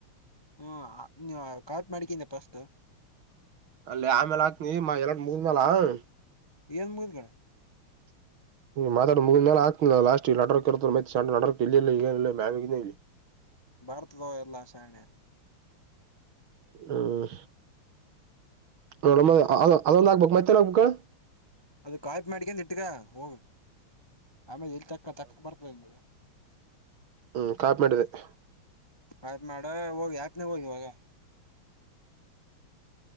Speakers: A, on the left (about 20°); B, on the right (about 70°).
A: ಹ್ಮ್ ಕಾಫಿ ಮಾಡ್ಕೊಂಡ್ಯ ಫಸ್ಟ್
B: ಅಲ್ಲಿ ಅಮೆಲಿ ಆಕ್ತಿನಿ ಎಲ್ಲಾಟು ಮುಗದ ಮೇಲ್
A: ಎನು ಮುಗದ ಮ್ಯಾಗ್ದಗಳೇ
B: ನೀ ಮಾತಾಡೋದು ಮುಗದ ಮ್ಯಾಗ ಆಕ್ತಿನಿ ಲಾಸ್ಟಿಗಿ ನೆಟ್ವರ್ಕ್ ಇರುದಿಲ್ಲ ಮತ್ತೆ ನೆಟ್ವರ್ಕ್ ಎಲ್ಲಿ ಇಲ್ಲ ಇಲ್ಲಿ ಮ್ಯಾಗ ಇಲ್ಲ ಇಲ್ಲಿ
A: ಬರ್ತದೋ ಎಲ್ಲ ಶಾಣೆ
B: ಹ್ಮ ನೋಡುಮು ಅದೊಂದು ಆಕ್ಬೇಕು ಮತ್ತೇನ್ ಆಕಬೇಕು
A: ಅದು ಕಾಫಿ ಮಾಡ್ಕೊಂಡು ಇಟಗೋ ಹೋಗು ಆಮೇಲೆ ಇಲ್ಲಿ ತಕ್ಕ ತಕ್ಕ ಬರ್ತದ ನಿಮಗ
B: ಹೂ ಕಾಫೀ ಮಾಡಿದ್ಯಾ
A: ಆಯಿತು ಮಾಡು ಹೋಗಿ ಹ್ಯಾಪ ನ್ಯಾಗ ಹೋಗ್ ಇವಾಗ